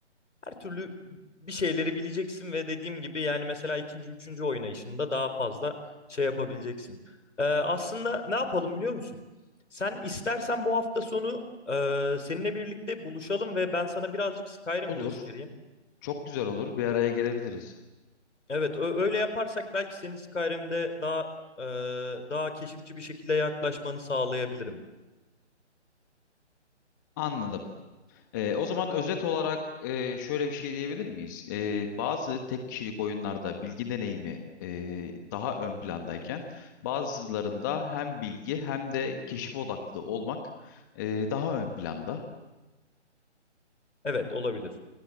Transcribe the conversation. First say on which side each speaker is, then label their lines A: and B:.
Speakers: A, on the left (about 85°); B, on the left (about 15°).
A: Her türlü bir şeyleri bileceksin ve dediğim gibi yani mesela ikinci, üçüncü oynayışında daha fazla şey yapabileceksin. Ee, aslında ne yapalım biliyor musun? Sen istersen bu hafta sonu e, seninle birlikte buluşalım ve ben sana birazcık Skyrim
B: Olur.
A: göstereyim.
B: Çok güzel olur. Bir araya gelebiliriz.
A: Evet, ö- öyle yaparsak belki senin Skyrim'de daha e, daha keşifçi bir şekilde yaklaşmanı sağlayabilirim.
B: Anladım. Ee, o zaman özet olarak e, şöyle bir şey diyebilir miyiz? Ee, bazı tek kişilik oyunlarda bilgi deneyimi e, daha ön plandayken, bazılarında hem bilgi hem de keşif odaklı olmak e, daha ön planda.
A: Evet, olabilir.